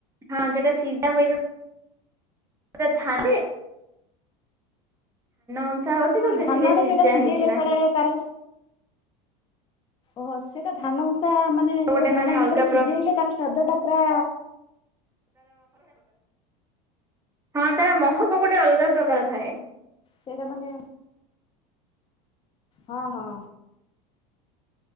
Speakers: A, on the right; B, on the left.
A: ହଁ ଯୋଉଟା ସିଝା ହୁଏ ଯଉଟା ଥା ଉଁସା
B: ହଁ
A: ହଉଛି
B: ହଁ
A: ତ ସେଥିରେ
B: ଧାନରେ
A: ସିଝା
B: ସେଇଟା ସିଝେଇଲେ
A: ହେଇଥିଲା
B: କୁଆଡେ ତାର ଓହୋ ସେଟା ଧାନ ଉଷା ମାନେ
A: ଗୋଟେ
B: ଯୋଉ
A: ମାନେ
B: ଧାନ
A: ଅଲଗା
B: ଭିତରେ ସିଝେଇଲେ ତାର ସ୍ୱାଦ ଟା ପୁରା
A: ହଁ ତାର ମହକ ଗୋଟେ ଅଲଗା ପ୍ରକାର ଥାଏ।
B: ସେଇଟା ମାନେ ହଁ ହଁ।